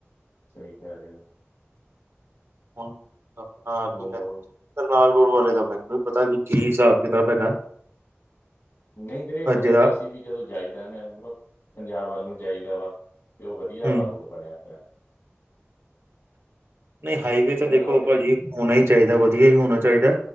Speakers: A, on the left; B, on the right.
A: ਸਹੀ ਕਹਿ ਰਹੇ ਹੋ
B: ਹੁਣ ਆਪਣਾ
A: ਉਹ
B: ਕੀ ਕਹਿੰਦੇ ਕਰਨਾਲ ਰੋਡ ਵਾਲੇ ਦਾ ਮੈਨੂੰ ਪਤਾ ਨੀ ਕੀ ਹਿਸਾਬ ਕਿਤਾਬ ਹੈਗਾ
A: ਨਹੀਂ ਵੀਰੇ ਮਤਲਬ
B: ਜਿਹੜਾ
A: ਕਿ ਅਸੀਂ ਵੀ ਜਦੋਂ ਜਾਈਦਾ ਇਹ ਮੋ ਪੰਜਾਬ ਵੱਲ ਨੂੰ ਜਾਈਦਾ ਵਾ ਤੇ ਉਹ ਵਧੀਆ
B: ਹੂੰ,
A: ਵਾ ਰੂਟ ਬਣਿਆ ਹੋਇਆ
B: ਨਹੀਂ ਹਾਈਵੇ ਤਾਂ
A: ਚਲੋ
B: ਦੇਖੋ
A: ਵੀਰੇ
B: ਭਾਜੀ ਹੋਣਾ ਹੀ ਚਾਹੀਦਾ ਵਧੀਆ ਹੀ ਹੋਣਾ ਚਾਹੀਦਾ